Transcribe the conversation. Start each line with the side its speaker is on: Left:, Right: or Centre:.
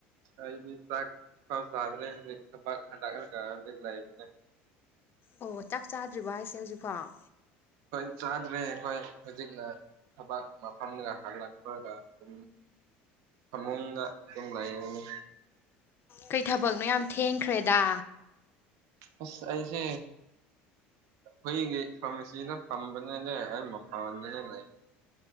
Right: ꯑꯩꯗꯤ ꯆꯥꯛ ꯄꯥꯎ ꯆꯥꯗ꯭ꯔꯦ ꯍꯧꯖꯤꯛꯕꯥꯛ ꯍꯟꯗꯛ ꯍꯧꯖꯤꯛ ꯂꯩꯕꯅꯦ
Left: ꯑꯣ ꯆꯥꯛ ꯆꯥꯗ꯭ꯔꯤꯕ ꯍꯥꯏꯁꯦ ꯍꯧꯖꯤꯛꯐꯥꯎ
Right: ꯍꯣꯏ ꯆꯥꯗ꯭ꯔꯦ ꯑꯩꯈꯣꯏ ꯍꯧꯖꯤꯛꯅ ꯊꯕꯥꯛ ꯃꯐꯝ ꯍꯜꯂꯠ ꯐ ꯑꯗꯨ ꯐꯃꯨꯡꯒ ꯑꯗꯨꯝ ꯂꯩꯌꯦꯅꯤ
Left: ꯀꯩ ꯊꯕꯛꯅꯣ ꯌꯥꯝ ꯊꯦꯡꯈ꯭ꯔꯦꯗ
Right: ꯑꯁ ꯑꯁꯦ ꯑꯩꯈꯏꯒꯤ ꯐꯥꯃꯤꯁꯤꯗ ꯐꯝꯕꯅꯦꯗ ꯑꯩ ꯃꯄꯅꯦ ꯂꯩ